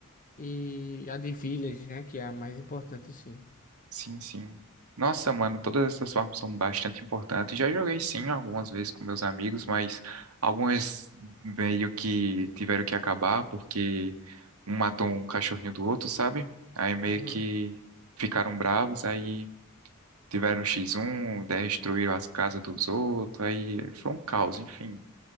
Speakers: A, on the left; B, on the right.
A: E a de Village, né? Que é a mais importante, assim.
B: Sim, sim. Nossa, mano, todas essas formas são bastante importantes. Já joguei sim algumas vezes com meus amigos, mas algumas meio que tiveram que acabar porque um matou um cachorrinho do outro, sabe? Aí meio
A: Uhum.
B: que ficaram bravos, aí tiveram X1, destruíram as casas dos outros, aí foi um caos, enfim.